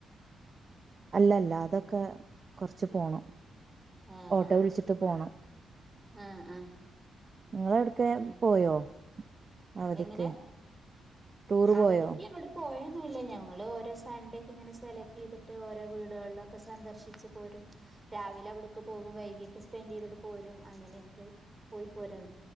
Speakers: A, on the right; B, on the right.
A: <inaudible> അല്ലല്ല അതൊക്കെ കൊറച്ച് പോണം
B: ആഹ്
A: ഓട്ടോ
B: ആഹ്
A: വിളിച്ചിട്ട് പോണം
B: ആഹ് -ആഹ്
A: നിങ്ങള് എവിടക്കേ
B: ആഹ്
A: പോയോ അവധിക്ക്
B: എങ്ങനെ
A: ടൂറ്
B: അവധിക്ക്
A: പോയോ
B: അങ്ങോട് പോയ ഒന്നുല്ല ഞങ്ങള് ഓരോ സൺഡേക്ക് ഇങ്ങനെ സെലക്ട് ചെയ്തിട്ട് ഓരോ വീടുകളിലൊക്കെ സന്ദർശിച്ച് പോരും രാവിലെ അവിടക്ക് പോകും വൈകീട്ട് സ്പെൻഡ് ചെയ്തിട്ട് പോരും അങ്ങനെയൊക്കെ പോയി പോരാണ്